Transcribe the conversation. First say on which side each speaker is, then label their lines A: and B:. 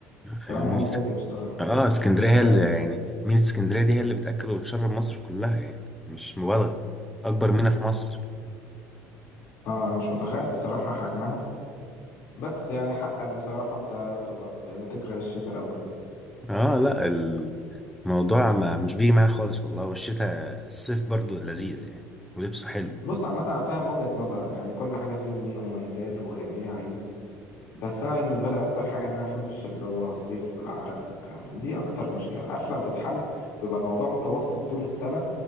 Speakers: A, in the centre; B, on the left.
A: فاهمني
B: كلام منطقي
A: اسك-
B: بصراحة
A: اه اسكندريه هي
B: ف...
A: اللي يعني مينا اسكندريه دي هي اللي بتاكل وتشرب مصر كلها يعني مش مبالغه اكبر مينا في مصر
B: اه انا مش متخيل بصراحة حجمها بس يعني حقك بصراحة انت تبقى بت- بتكره الشتاء لو كده
A: اه لا الموضوع ما مش بيجي معايا خالص والله والشتاء الصيف برضو لذيذ يعني ولبسه حلو
B: بص عامة انا فاهم وجهة نظرك يعني كل حاجة فيهم ليها مميزات وليها عيوب بس انا بالنسبة لي اكتر حاجة ان انا احبش اللي هو الصيف والعرق والكلام ده دي اكتر مشكلة عارف لو تتحل ويبقى الموضوع متوسط طول السنة